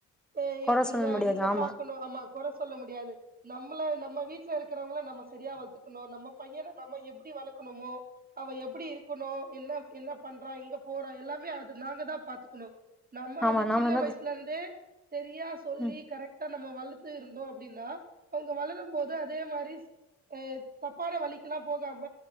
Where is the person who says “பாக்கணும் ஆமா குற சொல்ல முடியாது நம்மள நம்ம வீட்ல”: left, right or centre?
Right